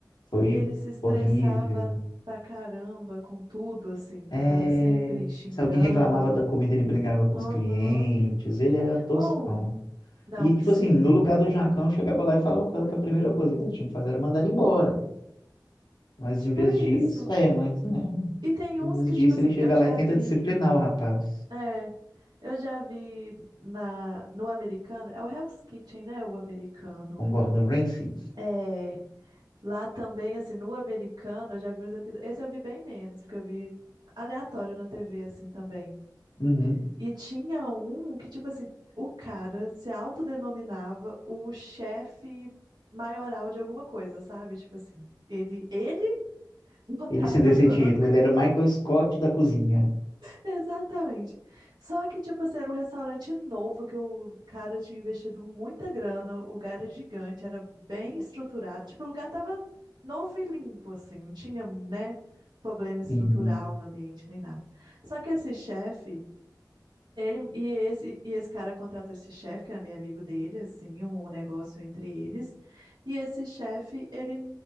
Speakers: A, on the left (about 75°); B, on the right (about 80°).
A: Foi
B: ele se estressava
A: horrível.
B: pra caramba com tudo, assim.
A: É,
B: Ele tava sempre xingando.
A: se alguém reclamava da comida, ele brigava com
B: Aham.
A: os clientes, ele era toscão.
B: Ou, não,
A: E, tipo
B: sim,
A: assim, no lugar do Jacão, eu chegava lá e falava com ela que a primeira coisa que ele tinha que fazer era mandar ele embora. Mas
B: tipo
A: em vez
B: isso.
A: disso, é, mas, né,
B: E tem
A: em
B: uns
A: vez
B: que,
A: disso,
B: tipo assim,
A: ele chega
B: eu já
A: lá e tenta
B: vi.
A: disciplinar o rapaz.
B: É. Eu já vi na, no americano, é o Hell's Kitchen, né? O americano.
A: com Gordon Ramsay.
B: É, lá também, assim, no americano, eu já vi uns episódios. Esse eu vi bem menos, porque eu vi aleatório na TV, assim, também.
A: Uhum.
B: E tinha um que, tipo assim, o cara se autodenominava o chefe maioral de alguma coisa, sabe? Tipo assim, ele, ele <laughs> botava
A: Ele se deu esse
B: a banca
A: título. Ele era o Michael Scott da cozinha.
B: Exatamente. Só que, tipo assim, era um restaurante novo que o cara tinha investido muita grana, o lugar era gigante, era bem estruturado. Tipo, o lugar tava novo e limpo, assim, não tinha, né, problema estrutural
A: Sim.
B: no ambiente nem nada. Só que esse chefe. Ele, e esse, e esse cara contrata esse chefe, que era meio amigo dele, assim, um um negócio entre eles. E esse chefe, ele